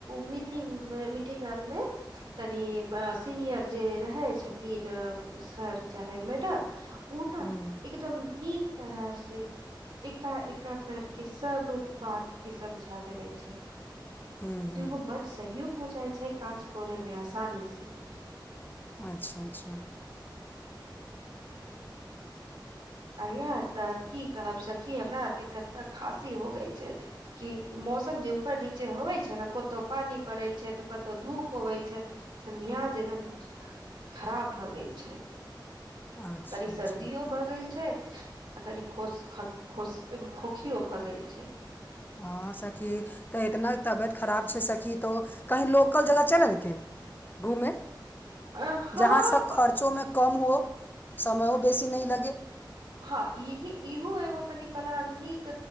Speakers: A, on the right; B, on the left.
A: मीटिंग मे मीटिंग आर मे तनि बस सीनियर जे रहै छथिन सर चाहे मैडम उ ने
B: चाहे हूँ
A: एकदम नीक तरह से एका- एका कर के सब बात के समझा देबे छै।
B: हूँ, हूँ।
A: तो एगो बड सहयोग हो जाइ छै काज करय में आसानी से
B: अच्छा, अच्छा
A: आययार तऽ की कहब सखी हमरा आर के तब तक खसी हो गई छै। की मौसम जे उपर नीचे हवइ छै ने कोतो पानी पड़ै छै तऽ कतौ धूप अबै छै। से मियाज एकदम खराब भऽ गेल छै।
B: अच्छा
A: तनी सर्दीयो
B: अच्छा
A: भगेल छै। आ तनि खोस खा खोस खोखियो भऽ गेल छै।
B: हँ सखी तऽ एतना तबेयत खराब छै सखी तो कहीँ लोक कल जगह चलेै के घूमे
A: अ हँ
B: जहाँ सब खर्चों में? कम हो समयो बेसी नहि लगे।
A: हँ ईही इहोू एगो तनी पला नीक